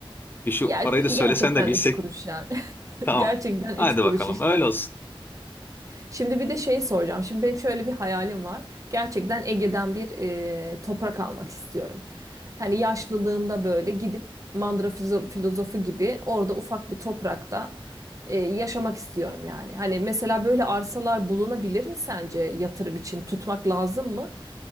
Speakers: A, on the left (about 20°); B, on the right (about 35°).
A: Bir şu
B: Ya
A: parayı da söylesen
B: gerçekten
A: de bilsek.
B: üç kuruş yani. <laughs>
A: Tamam.
B: Gerçekten üç
A: Hadi
B: kuruş
A: bakalım
B: işte.
A: öyle olsun.
B: Şimdi bir de şeyi soracağım. Şimdi benim şöyle bir hayalim var. Gerçekten Ege'den bir e, toprak almak istiyorum. Hani yaşlılığımda böyle gidip Mandıra fizo- filozofu gibi orada ufak bir toprakta e, yaşamak istiyorum yani. Hani mesela böyle arsalar bulunabilir mi sence yatırım için tutmak lazım mı?